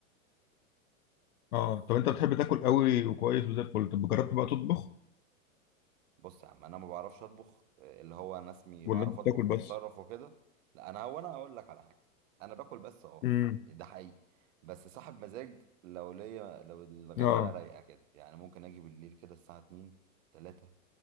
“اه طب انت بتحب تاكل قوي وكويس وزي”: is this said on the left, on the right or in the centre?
Left